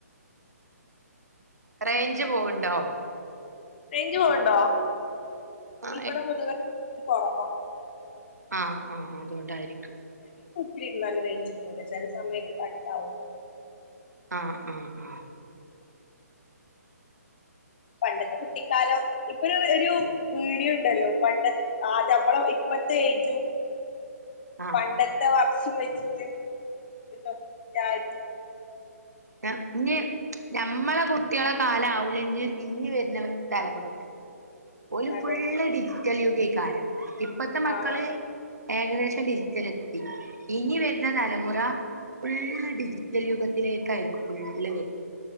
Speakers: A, on the right; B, on the left.
A: റേഞ്ച് പോവണ്ടോ
B: റേഞ്ച് പോന്നൊണ്ടോ
A: ആ
B: ഇവിടെ പൊതുവെ റേഞ്ച് കൊറവാ
A: ആ ആ അതുകൊണ്ടായിരിക്കും
B: ഇരുന്നാലേ നല്ല റേഞ്ച് കിട്ടുള്ളൂ ചെല സമയത്ത് കട്ടാവും
A: ആ ആ ആ
B: പണ്ടത്തെ കുട്ടിക്കാലം ഇപ്പൊരു ഒരു വീഡിയോ ഉണ്ടല്ലോ പണ്ട ആ നമ്മള ഇപ്പത്തെ ഏജും
A: ആഹ്
B: പണ്ടത്തെ വ ഷം വെച്ചിട്ടും ഒരു നൊസ്റ്റാൾ
A: ഏഹ് ഇഞ്ഞി ഞമ്മളെ കുട്ടികളെ കാലം ആവൂല ഇഞ്ഞി ഇഞ്ഞി വര്ണ തലമുറക്ക് ഓല്
B: അതെ
A: ഫുള്ള് ഡി റ്റൽ യുഗൈക്കാരം ഇപ്പത്തെ മക്കള്
B: ആഹ്
A: ഏകദേശം ഡിജിറ്റൽ എത്തി ഇനി വരുന്ന തലമുറ ഫുള്ള് ഡിജിറ്റൽ യുഗത്തിലേക്കായിരിക്കും ഫുള്ള് വ